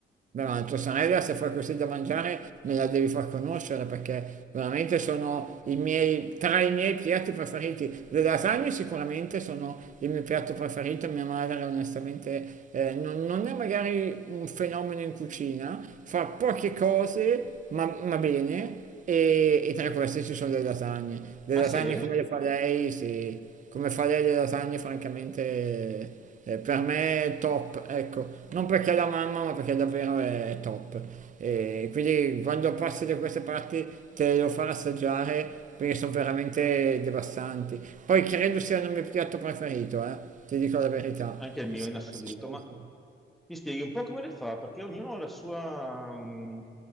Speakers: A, on the right; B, in the centre.
A: beh, ma tua sorella se fai così da mangiare me la devi far conoscere perché veramente sono i miei, tra i miei piatti preferiti. Le lasagne sicuramente sono il mio piatto preferito, mia madre onestamente eh, non, non è magari un fenomeno in cucina, fa poche cose ma, ma bene e, e tra queste ci sono le lasagne. Le
B: Ah
A: lasagne
B: sì?
A: come le fa lei, sì, come fa lei le lasagne francamente... Eh, per me è top, ecco, non perché è la mamma, ma perché davvero è, è top. E quindi quando passi da queste parti te lo farò assaggiare perché sono veramente devastanti. Poi credo sia il mio piatto preferito, eh, ti dico la verità,
B: Anche il mio
A: se
B: in assoluto,
A: dovessi scegliere
B: ma
A: sì.
B: mi spieghi un po' come le fa, perché ognuno ha la sua mm,